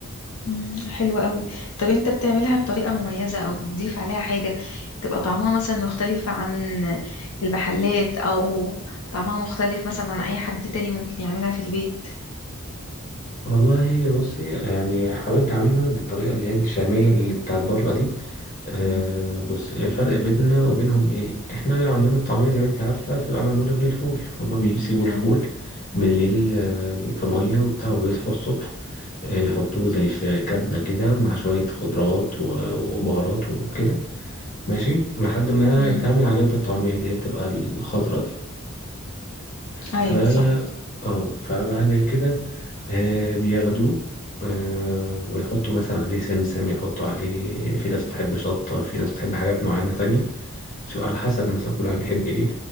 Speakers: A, on the left; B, on the left.
A: مم، حلو قوي طب انت بتعملها بطريقة مميزة او بتضيف عليها حاجة تبقى طعمها مثلا مختلفة عن المحلات او طعمها مختلف مثلا عن اي حد تاني ممكن يعملها في البيت
B: والله بصي يعني حاولت اعملها بالطريقة اللي هي الشامية اللي بتاعت بره دي آه
A: مم،
B: بص الفرق بيننا وبينهم ايه احنا عندنا الطعمية زي ما انت عارفة بتبقى معمولة من الفول فهم بيسيبوا
A: مم،
B: الفول بالليل آه، في مية وبتاع وبيصحوا الصبح آه، يحطوه زي في كبة كده مع شوية خضروات و- وبهارات وكده ماشي لحد ما
A: مم.
B: تعمل عجينة الطعمية اللي هي بتبقى الخضرا دي
A: ايوه
B: ف
A: صح
B: اه فبعد كده آه، بياخدوه آه، ويحطوا مثلا عليه سمسم يحطوا عليه في ناس بتحب شطة في ناس بتحب حاجات معينة تانية شو على حسب مثلا كل واحد بيحب ايه